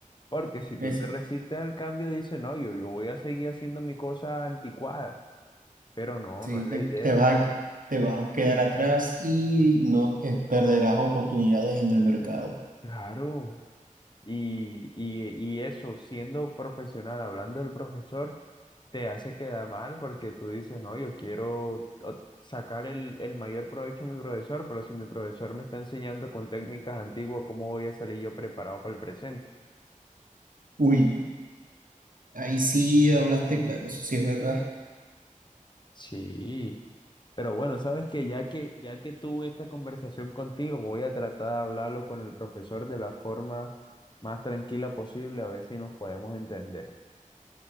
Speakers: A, on the left; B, on the right.
A: Porque si tú
B: Eso,
A: te resistes al cambio, dices, no, yo, yo voy a seguir haciendo mi cosa anticuada. Pero no,
B: sí,
A: no es la
B: te,
A: idea.
B: te vas a, que- te vas a quedar atrás y no eh, perderás oportunidades en el mercado.
A: Claro, Y, y, y eso, siendo profesional, hablando del profesor, te hace quedar mal porque tú dices, no, yo quiero o- sacar el, el mayor provecho a mi profesor, pero si mi profesor me está enseñando con técnicas antiguas, ¿cómo voy a salir yo preparado para el presente?
B: Uy. Ahí sí hablaste claro, eso sí es verdad.
A: Sí, pero bueno, sabes que ya que ya que tuve esta conversación contigo, voy a tratar de hablarlo con el profesor de la forma más tranquila posible, a ver si nos podemos entender.